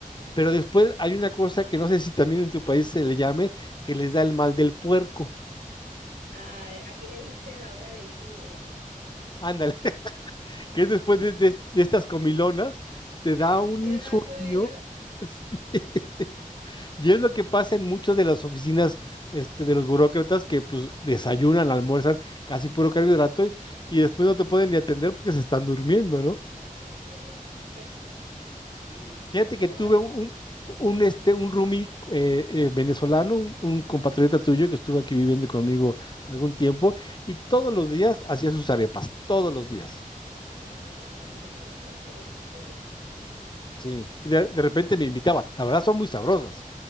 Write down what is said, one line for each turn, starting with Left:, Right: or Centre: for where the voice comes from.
Left: Pero después hay una cosa que no sé si también en tu país se le llame, que les da el mal del puerco.
Right: Ah, ah, aquí le dicen la hora del burro.
Left: Ándale, <laughs> que es después de, de- de estas comilonas, te da
Right: <laughs>
Left: un
Right: Te da
Left: sueño
Right: sueño.
Left: <laughs> Y es lo que pasa en muchas de las oficinas este, de los burócratas que pues desayunan, almuerzan casi puro carbohidrato y, y después no te pueden ni atender porque se están durmiendo, ¿no?
Right: Eh, correcto. <laughs>
Left: Fíjate
Right: Esa
Left: que tuve
Right: hora.
Left: un, un, un, este, un roomie eh, eh, venezolano, un, un compatriota tuyo que estuvo aquí viviendo
Right: ah,
Left: conmigo algún tiempo y todos
Right: ok.
Left: los días hacía sus arepas, todos los días.
Right: En la mañana aquí se come mucha arepa, correcto.
Left: Sí, de, de repente me invitaba. La verdad son muy sabrosas,